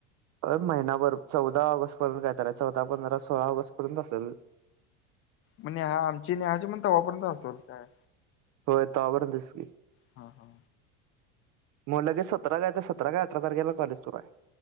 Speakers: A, on the right (about 55°); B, on the left (about 40°).
A: अ महिनाभर चौदा ऑगस्ट पर्यंत काय तराय चौदा पंधरा सोळा ऑगस्ट पर्यंत बसंल.
B: म्हणे हा आमची नेहाची पण तवा पर्यंत असंल काय.
A: होय तवापर्यंतच की.
B: हा हा
A: बोलले कि सतरा काय ते सतरा का अठरा तारखेला कॉलेज सुरु आय.